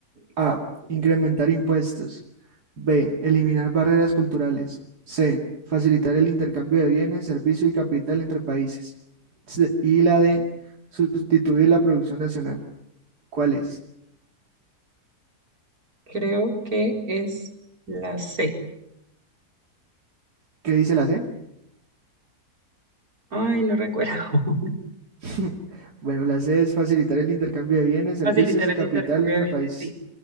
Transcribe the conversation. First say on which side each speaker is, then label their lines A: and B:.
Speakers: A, on the right; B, on the right.
A: A. Incrementar impuestos. B. Eliminar barreras culturales. C. Facilitar el intercambio de bienes, servicios y capital entre países. C- Y la D. Sustituir la producción nacional. ¿Cuál es?
B: Creo que es la C.
A: ¿Qué dice la C?
B: Ay, no recuerdo. <laughs>
A: <laughs> Bueno, la C es facilitar el intercambio de bienes, servicios
B: Facilitar
A: y
B: el
A: capital
B: intercambio
A: entre
B: de bienes,
A: países.
B: sí,